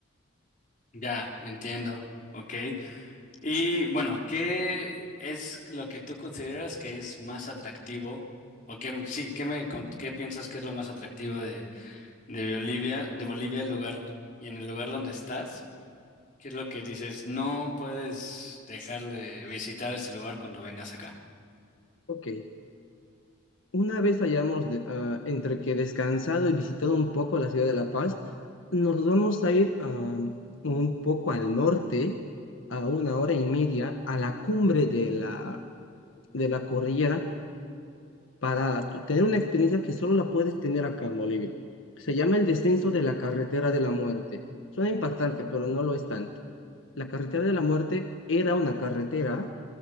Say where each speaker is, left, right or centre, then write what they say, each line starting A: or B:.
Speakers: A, on the left (about 40°); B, on the left (about 75°).
A: ya, entiendo. Ok. Y bueno, ¿qué es lo que tú consideras que es más atractivo? O qué, sí, ¿qué me, con- qué piensas que es lo más atractivo de, de Bolivia, de Bolivia, el lugar y en el lugar donde estás? ¿Qué es lo que dices? No puedes dejar de visitar este lugar cuando vengas acá.
B: Ok, Una vez hayamos de- ah, entre que descansado y visitado un poco la ciudad de La Paz, nos vamos a ir ah, un poco al norte, a una hora y media, a la cumbre de la, de la cordillera, para tu- tener una experiencia que solo la puedes tener acá en Bolivia. Se llama el descenso de la carretera de la muerte. Suena impactante, pero no lo es tanto. La carretera de la muerte era una carretera